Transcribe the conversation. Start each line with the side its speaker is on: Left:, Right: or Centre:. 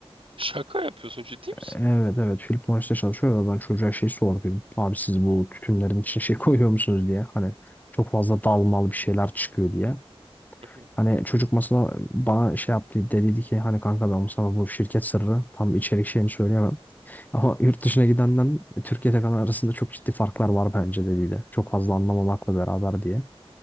Right: Şaka yapıyorsun ciddi misin?
Left: Evet evet Philip Morris'te çalışıyor ve ben çocuğa şey sordum. Abi siz bu tütünlerin için şey <laughs> koyuyor musunuz diye. Hani çok fazla dalmalı bir şeyler çıkıyor diye.
Right: Hı hı,
Left: Hani çocuk masada bana şey yaptı dediydi ki hani kanka ben sana bu şirket sırrı tam içerik şeyini söyleyemem. <laughs> Ama yurt dışına gidenden Türkiye'de kalan arasında çok ciddi farklar var bence dediydi. Çok fazla anlamamakla beraber diye